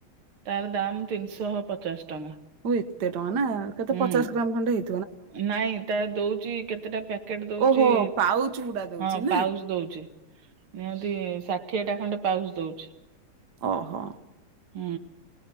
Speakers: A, on the right; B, on the right.
A: ତାର ଦାମ ତିନିଶହ ପଚାଶ ଟଙ୍କା।
B: ଓ ଏତେ ଟଙ୍କାନା କେତେ
A: ହୁଁ
B: ପଚାଶ ଗ୍ରାମ ଖଣ୍ଡେ ହେଇ
A: ନାଇଁ ତା ଦଉଛି କେତେଟା ପ୍ୟାକେଟ ଦଉଛି
B: ଓହୋ ପାଉଚ ଗୁଡା ଦଉଛି
A: ହଁ ପାଉଜ
B: ନା।
A: ଦଉଛି ନିହାତି ଷାଠିଏଟା ଖଣ୍ଡେ ପାଉଜ୍ ଦଉଛି।
B: ଓହୋ।
A: ହୁଁ।